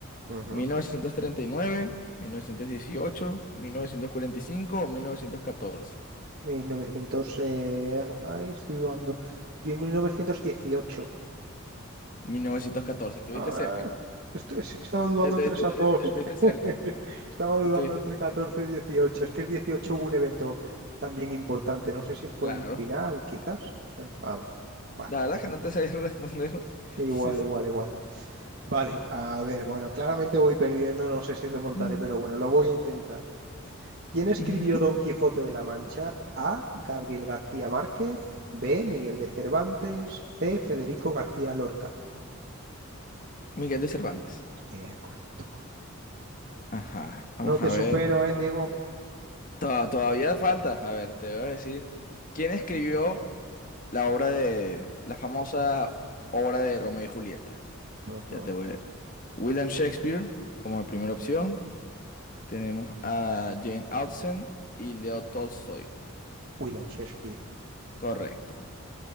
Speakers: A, on the right; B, on the left.
A: Ujú.
B: ¿1939, 1918, 1945 o 1914?
A: 1900, eh, ay, estoy dudando. 1918.
B: 1914. ¿Estuviste
A: Ah,
B: cerca?
A: esto es- estaba dudando
B: estuviste-
A: entre esas dos.
B: estuviste
A: <laughs>
B: cerca.
A: Estaba dudando
B: Estuviste
A: entre
B: cerca.
A: 14 y 18. Es que el 18 hubo un evento también importante. No sé si fue
B: Claro.
A: el final, quizás. Bueno, a ver. Vale.
B: La verdad es que no te sabía responder. <laughs>
A: Igual,
B: Sí, sí.
A: igual, igual. Vale, a ver, bueno, claramente voy perdiendo, no sé si remontaré,
B: Mm.
A: pero bueno, lo voy a intentar. ¿Quién escribió
B: Ujú.
A: Don Quijote de la Mancha? A. Gabriel García Márquez. B. Miguel de Cervantes. C. Federico García Lorca.
B: Miguel de Cervantes.
A: Eh, correcto, correcto.
B: Ajá. Vamos
A: No te
B: a
A: supero,
B: ver.
A: ¿eh, Diego?
B: To- todavía falta. A ver, te voy a decir. ¿Quién escribió la obra de... la famosa obra de Romeo y Julieta?
A: Ajá.
B: Ya te voy. a... William Shakespeare como primera
A: Bien.
B: opción. Tenemos a Jane Austen y Leo Tolstoy.
A: William Shakespeare,
B: Correcto.
A: claro,